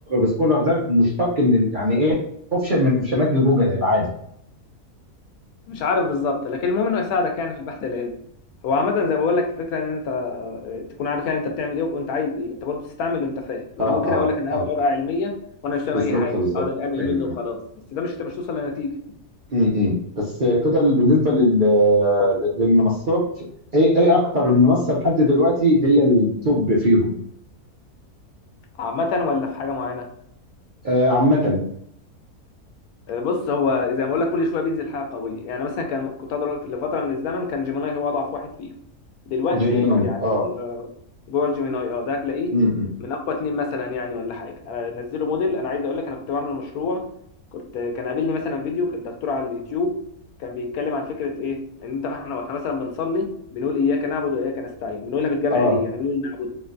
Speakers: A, on the right; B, on the left.
A: سكولر ده مشتق من ال- يعني ايه اوبشن من اوبشنات الجوجل العادي
B: مش عارف بالظبط لكن المهم انه يساعدك يعني في البحث العلمي هو عامة زي ما بقول لك الفكرة إن أنت آه، تكون عارف يعني أنت بتعمل إيه وأنت عايز إيه، أنت برضه تستعمل اللي أنت فاهم، ما
A: اه
B: أنا ممكن
A: اه
B: أقول لك أنا
A: اه
B: هعمل ورقة علمية وأنا مش فاهم
A: بالظبط
B: أي حاجة،
A: بالظبط
B: أقعد أنقل
A: ايوه
B: منه وخلاص،
A: ايوه
B: بس ده مش مش توصل لنتيجة،
A: امم بس كده بالنسبه لل... للمنصات ايه ايه اكتر منصه لحد دلوقتي هي التوب فيهم
B: عامة ولا في حاجة معينة؟
A: آه عامه
B: آه، بص هو زي ما اقول لك كل شويه بينزل حاجه قويه يعني مثلا كان كنت اقدر اقول لك لفتره من الزمن كان جيميناي هو اضعف واحد فيهم دلوقتي
A: جيميناي
B: يعني
A: اه
B: آه، جوه الجيميناي اه ده هتلاقيه
A: امم
B: من اقوى اتنين مثلا يعني ولا حاجه انا نزله موديل انا عايز اقول لك انا كنت بعمل مشروع كنت كان قابلني مثلا فيديو كان دكتور على اليوتيوب كان بيتكلم عن فكره ايه ان انت احنا واحنا مثلا بنصلي بنقول اياك نعبد واياك نستعين بنقولها بالجمع
A: اه
B: ليه يعني بنقول نعبد